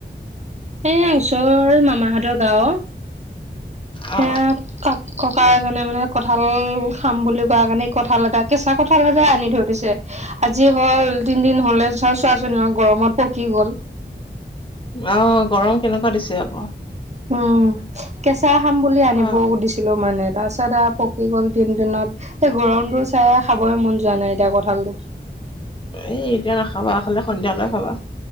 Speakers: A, on the right; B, on the left.
A: এয়া ওচৰৰে মামাহঁতৰ গাঁওৰ।
B: অ
A: সেয়া কাক- ককা এজনে মানে কঁঠাল খাম বুলি কোৱা কাৰণে কঁঠাল এটা কেঁচা কঁঠাল এটাই আনি থৈ দিছে। আজি হ'ল তিনদিন হ'লে চোৱা-চোৱা চোন গৰমত পকি গ'ল।
B: অঁ', গৰম কেনেকুৱা দিছে আকৌ।
A: উমঁ, কেঁচা খাম বুলি আনিব
B: তাক
A: দিছি- লো মানে তাৰ পাছত আৰু পকি গ'ল তিন দিনত। এই গৰমটো চাই খাবই মন যোৱা নাই এতিয়া কঁঠালটো।
B: এই এতিয়া নাখাবা, খালে সন্ধিয়ালৈ খাবা।